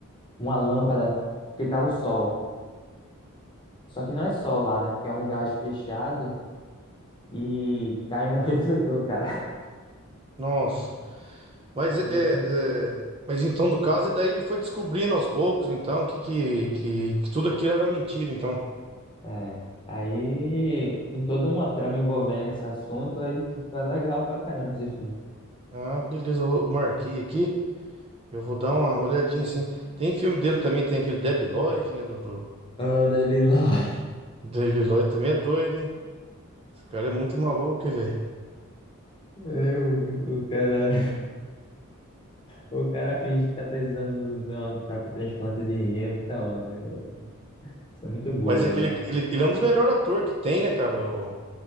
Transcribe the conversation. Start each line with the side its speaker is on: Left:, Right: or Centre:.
Left: uma lâmpada, porque tá o sol. Só que não é sol lá, né? Porque é um lugar fechado e cai um <laughs> refletor, cara.
Right: Nossa. Mas
Left: Aí,
Right: é,
Left: quando-
Right: é, mas então do caso e daí ele foi descobrindo aos poucos, então, que que, que que tudo aquilo era uma mentira, então.
Left: é. Aí tem toda uma trama envolvendo esse assunto, aí tipo, é legal pra caramba esse filme.
Right: Ah, beleza, eu vou- marquei aqui. Eu vou dar uma olhadinha assim. Tem filme dele também, tem aquele Debi Lloyd, né, do, do
Left: Oh, Devil Lloyd.
Right: Debi Lloyd também é doido, hein? Esse cara é muito maluco, hein, velho.
Left: É, O, o cara, o cara finge que tá precisando de uma troca de transplante de rim, é muita onda, né? Isso é muito bobo
Right: Mas é aquele
Left: lá.
Right: ele, ele é um dos melhores atores que tem, né, cara? O,